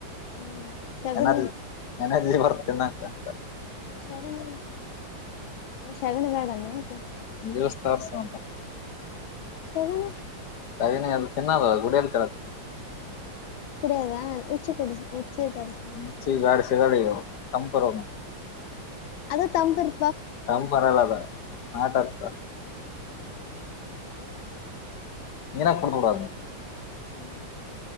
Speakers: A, on the left; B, on the left.
A: ಹ್ಮ್ ಶಗಣಿ
B: ನನಾದ್ಲಿ ಎನರ್ಜಿ ಬರ್ತೇ ನಕ ಅಂತ
A: ಶಗಣಿ ಮ್ ಶಗಣಿ ಬ್ಯಾಡನ ಮತ್ತ.
B: ದೇವಸ್ಥಾರ್ ಸೌಂಟ
A: ಶಗಣಿ
B: ಅದುನ್ನ ತಿನ್ನಲ್ವಲ್ಲ ಗುಡ್ <unintelligible>
A: <unintelligible>
B: <unintelligible>
A: ಅದೇ ತಮ್ದಿರ್
B: ತಮ್ ಪರಲದ ಮಾತಾಡ್ಸ್ದ.
A: ಹ್ ಉ
B: ನೀರಾಕ್ ಬುಡ್ <unintelligible>
A: ಹ್ಮ್